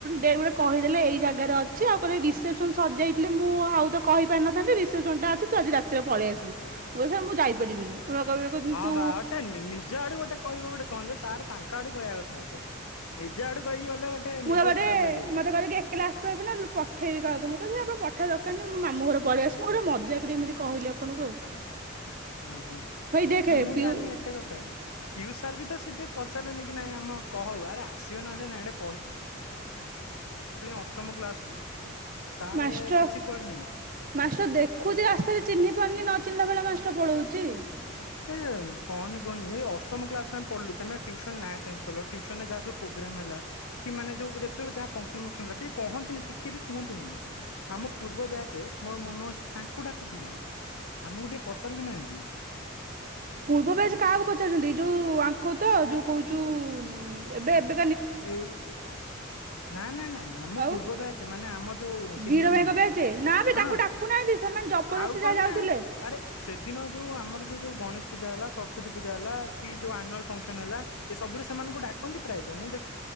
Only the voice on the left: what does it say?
ହଁ
ବାଟେ ନିଜ ଆଡୁ ଗୋଟେ କହିବ ଗୋଟେ କହନ୍ତି ସାର୍। ତାଙ୍କ ଆଡୁ କହିବା କଥା ଗୋଟେ। <inaudible> ଆଡୁ କହିକି ଗଲେ ଗୋଟେ
ନିଜକୁ
ଖରାପ ଲାଗିବ ଗୋଟେ
ହ ହଁ
ମୁଁ
ଜାଣିନି ଏତେ କଥା ପିୟୁଷ ସାର୍ ବି ତ ସେଠିକେ ପଚାରିଲନି କି ନାଇଁ ଆମ କହଉ ଆରା। ଆସିବ ନା ଆସିବା ନାହିଁ ଏଟା। ଅଷ୍ଟମ କ୍ଲାସ ରୁ ସାରେ
କିଛି କୁଆଡେ ନାହିଁ
ସେ କହନି କହନି ଏ ଅଷ୍ଟମ କ୍ଲାସ ନା ଆମେ। ପଢିଲୁ ତମେ। ଟିଉସନ୍ ନାଁ ଚେ୍ଜଲ ଟିସନ ଯା ସବୁ। ପ୍ରୋଗ୍ରାମ ହେଲା କି ମାନେ ଯେ ଯାହା ଫଙ୍କସନ ମଙ୍କସନ ହେଲା। କହନ୍ତିନି ଟିକେ ବି କୁହନ୍ତି ନିଁ ଆମ ପୂର୍ବ ବ୍ୟାଚ ମୋର ମନେ ଅଛି। ତାଙ୍କୁ ଡାକୁଥିଲେ ଆମକୁ ଟିକେ ପଚାରି ବି ନାହାନ୍ତି।
ଏ ନା ନା ନା ଆମ
ପୂର୍ବ ବ୍ୟାଚ ମାନେ ଆମ ଯୋଉ ସିନିୟର
ମାନେ
ହଁ
ଆଉ କଣ
ନା ଆରେ ସେଦିନ ଯୋଉ ଆମର। ଯୋଉ ଯୋଉ ଗଣେଶ ପୂଜା ହେଲା ସରସ୍ଵତ ପୂଜା ହେଲା କି ଯୋଉ ଆନୁଆଲ ଫଙ୍କସନ ହେଲା ଏ ସବୁ ସେମାନଙ୍କୁ ଡାକନ୍ତି ପ୍ରାୟତଃ ମୁଁ ଦେଖିଛି।